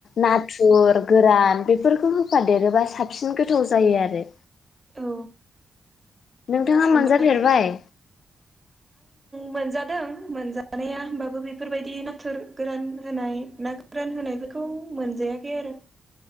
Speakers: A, on the left; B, on the right.
A: ना थुर गोरान बेफोरखौ होफादेरोबा साबसिन गोथाव जायो आरो
B: औ
A: नोंथाङा
B: होमबा
A: मोनजाफेरबाय
B: मोनादों मोनजानाया होमबाबो बेफोरबायदि नाथुर गोरान होनाय ना गोरान होनायखौ बेफोरखौ मोनजायाखै आरो